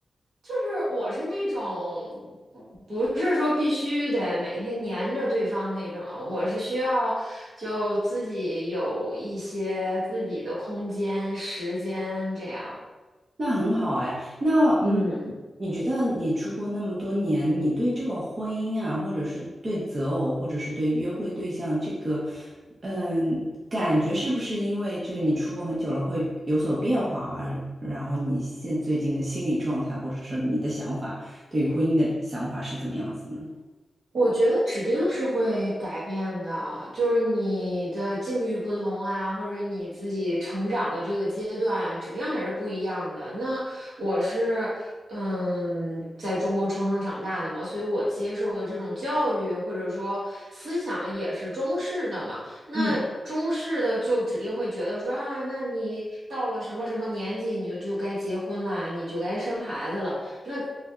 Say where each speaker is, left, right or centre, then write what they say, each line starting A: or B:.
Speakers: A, on the right (about 75°); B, on the right (about 35°).
A: 就是我是那种不是说必须得每天黏着对方那种，我是需要就自己有一些自己的空间、时间这样。
B: 那很好哎，那嗯，
A: 嗯。
B: 你觉得你出国那么多年，你对这个婚姻啊，或者是对择偶，或者是对约会对象这个，嗯，感觉是不是因为就是你出国很久了会有所变化而，然后你现最近的心理状态，或者是你的想法，对于婚姻的想法是怎么样子呢？
A: 我觉得指定是会改变的，就是你的境遇不同啊，或者你自己成长的这个阶段啊，指定还是不一样的。那我是，嗯，在中国出生长大的嘛，所以我接受的这种教育或者说思想也是中式的嘛。那中式的就指定会觉得说啊，
B: 嗯，
A: 那你到了什么什么年纪，你就就该结婚啦，你就该生孩子了。那